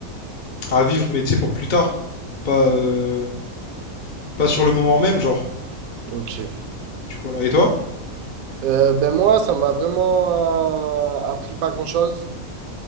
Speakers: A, on the left; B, on the right.
A: à vivre, mais tu sais pour plus tard, pas euh, pas sur le moment même, genre.
B: Ok.
A: Du coup, là. Et toi?
B: Euh, ben moi, ça m'a vraiment euh, appris pas grand-chose.